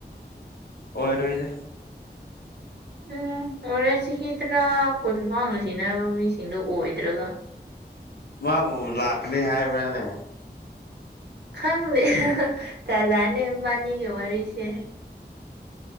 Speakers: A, on the left; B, on the right.
A: ꯑꯣꯏꯔꯣꯏꯗ
B: ꯎꯝ ꯍꯣꯔꯦ ꯆꯍꯤ ꯇꯔꯥ ꯀꯨꯟ ꯐꯥꯎ ꯅꯨꯡꯁꯤꯅꯕ ꯃꯤꯁꯤꯡꯗꯣ ꯑꯣꯏꯗ꯭ꯔꯒ <unintelligible>
A: ꯃꯥꯕꯨ ꯂꯥꯛꯀꯅꯤ ꯍꯥꯏꯕ꯭ꯔꯥꯅꯦ
B: ꯈꯪꯗꯦ ꯑꯦ-ꯍꯦ-ꯑꯦ ꯖꯥꯠ-ꯖꯥꯠꯅꯦ ꯃꯥꯕꯥꯅꯤꯒꯤ ꯋꯥꯔꯤꯁꯦ